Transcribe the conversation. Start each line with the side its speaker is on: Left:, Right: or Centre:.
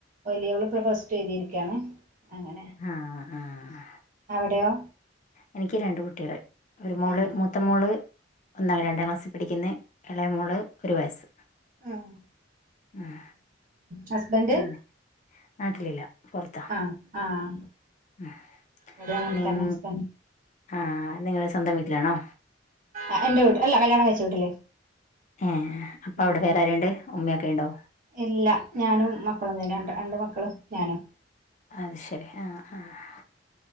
Right: വലിയവള് ഇപ്പൊ പ്ലസ്ടു എഴ്തിരിക്കയാണ് അങ്ങനെ
Left: ആഹ് ആഹ്
Right: അവിടെയോ?
Left: എനിക്ക് രണ്ട് കുട്ടികള്, ഒരു മോള്
Right: ആഹ്
Left: മൂത്ത മോള് ഒന്നാ
Right: ആഹ്
Left: രണ്ടാം ക്ലാസ്സി പഠിക്കുന്ന്. എളയ മോള് ഒരു വയസ്സ്.
Right: ഹും.
Left: ഉം,
Right: ഹസ്ബൻഡ്
Left: ഉം നാട്ടിലില്ലാ പൊറത്താ.
Right: അഹ്, ആഹ്.
Left: ഉം
Right: ഇവിടെ അങ്ങനെ
Left: നിങ്‌
Right: തന്നെ ഹസ്ബൻഡ്
Left: ആഹ് നിങ്ങടെ സ്വന്തം വീട്ടിലാണോ?
Right: ആഹ് എന്റെ വീട്ടി അല്ലാ കല്യാണം കഴിച്ച വീട്ടില്.
Left: ഏഹ് അപ്പൊ
Right: ഉം
Left: അവിടെ വേറാരുണ്ട് ഉമ്മയൊക്കെ ഉണ്ടോ?
Right: ഇല്ല ഞാനും മക്കളും തന്നെ രണ്ട് മക്കളും ഞാനും.
Left: അത് ശരി ആഹ്, ആഹ്.